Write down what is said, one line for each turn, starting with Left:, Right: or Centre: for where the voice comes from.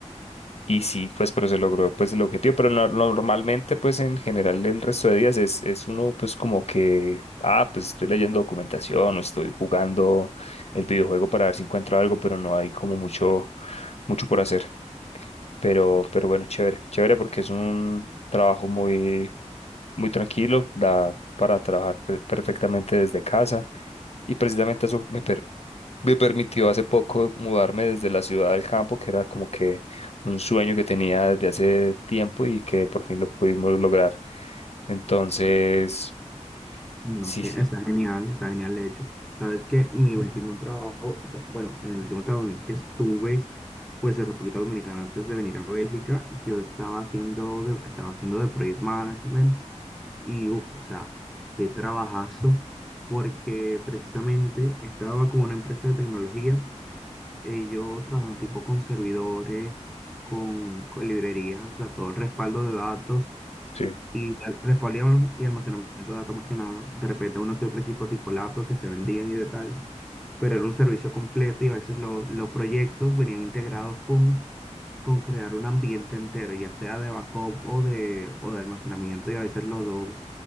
Left: y sí, pues pero se logró pues el objetivo. Pero no- normalmente pues en general el resto de días es, es uno pues como que, ah, pues estoy leyendo documentación o estoy jugando el videojuego para ver si encuentro algo, pero no hay como mucho, mucho por hacer. Pero, pero bueno, chévere, chévere porque es un trabajo muy, muy tranquilo, da para trabajar per- perfectamente desde casa y precisamente eso me, per- me permitió hace poco mudarme desde la ciudad al campo, que era como que un sueño que tenía desde hace tiempo y que por fin lo pudimos lograr. Entonces,
Centre: No,
Left: sí,
Centre: sí,
Left: sí,
Centre: está genial, está genial de hecho. Sabes que mi último trabajo, o sea, bueno, en el último trabajo en el que estuve, pues en República Dominicana antes de venir a Bélgica, yo estaba haciendo de, estaba haciendo de project management y uff, o sea, qué trabajazo, porque precisamente estaba con una empresa de tecnología, ellos trabajan tipo con servidores, con, con librerías, o sea, todo el respaldo de datos.
Left: sí,
Centre: Y al- respaldo y almacenamiento de datos más que nada. De repente uno que otro equipo tipo laptops que se vendían y de tal. Pero era un servicio completo y a veces lo- los proyectos venían integrados con, con crear un ambiente entero, ya sea de backup o de, o de almacenamiento y a veces los dos